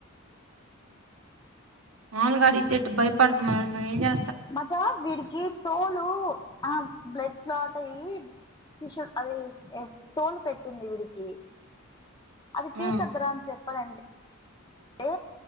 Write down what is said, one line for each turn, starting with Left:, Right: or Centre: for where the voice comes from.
Right: మామగాడి చెట్టు భయపడదు మనం ఎంచే
Left: మచ్చా వీడికి తోలు ఆ బ్లడ్ లాట్ అయ్యి టిష్యూ అదే తోలు పెట్టింది వీడికి కి అది పీకద్దరా
Right: ఆ
Left: అని చెప్పాన ఏ